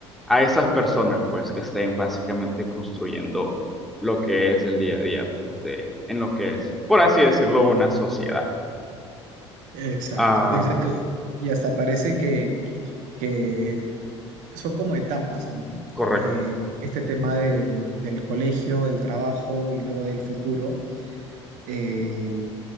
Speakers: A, in the centre; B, on the right (about 55°).
A: a esas personas, pues, que estén básicamente construyendo lo que es el día a día, pues, de, en lo que es, por así decirlo, una sociedad.
B: exacto,
A: Ah,
B: exacto. Y hasta parece que, que son como etapas, ¿no?
A: correcto,
B: Eh, este tema del, del colegio, del trabajo y luego del futuro, eh,